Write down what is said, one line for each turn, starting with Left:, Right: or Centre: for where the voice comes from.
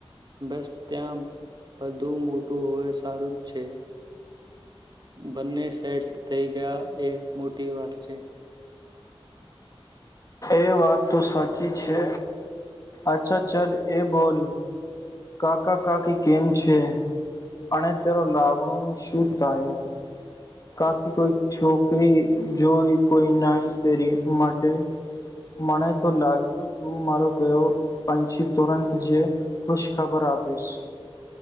Right: બસ ત્યાં બધું મોટું હોય સારું જ છે બંને સેટ થઈ ગયા એ મોટી વાત છે
Left: એ વાત તો સાચી છે અચ્છા ચલ એ બોલ કાકા કાકી કેમ છે અને તેરો લાગણ નું શું થાયું કાકી કોઈ છોકરી જોઈ કોઈ નઈ તેરી માટે મને તો લાગ્યું તું મારો ગયો પંછી તુરંત છે ખુશ ખબર આપીશ